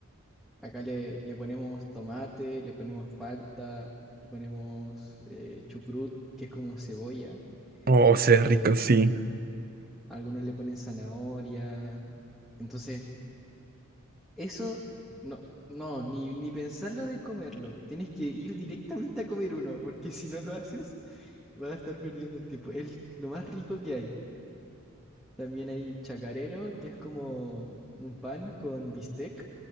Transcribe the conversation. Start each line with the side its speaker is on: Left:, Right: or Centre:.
Centre: Acá le, le ponemos tomate, le ponemos palta, le ponemos eh, chucrut, que es como cebolla.
Right: Oh, se
Centre: eh,
Right: ve rico, sí.
Centre: algunos le ponen zanahoria. Entonces, eso no, no, ni, ni pensarlo de comerlo. Tienes que ir directamente a comer uno, porque si no lo haces, vas a estar perdiendo el tiempo. Es lo más rico que hay. También hay chacarero, que es como un pan con bistec